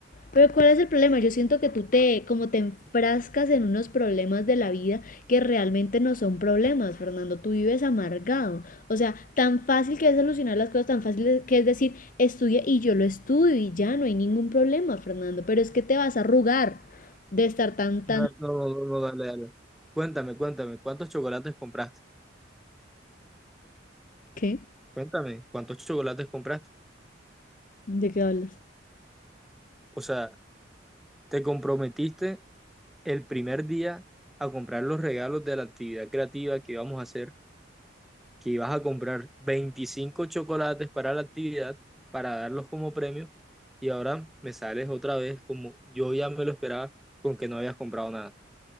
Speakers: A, on the left; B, in the centre.
A: Pero ¿cuál es el problema? Yo siento que tú te como te enfrascas en unos problemas de la vida que realmente no son problemas, Fernando, tú vives amargado. O sea, tan fácil que es solucionar las cosas, tan fácil que es decir, estudia y yo lo estudio y ya no hay ningún problema, Fernando, pero es que te vas a arrugar de estar tan
B: No,
A: tan
B: no, no, no, dale, dale. Cuéntame, cuéntame, ¿cuántos chocolates compraste?
A: ¿Qué?
B: Cuéntame, ¿cuántos chocolates compraste?
A: ¿De qué hablas?
B: O sea, te comprometiste el primer día a comprar los regalos de la actividad creativa que íbamos a hacer, que ibas a comprar 25 chocolates para la actividad, para darlos como premio, y ahora me sales otra vez como yo ya me lo esperaba con que no habías comprado nada.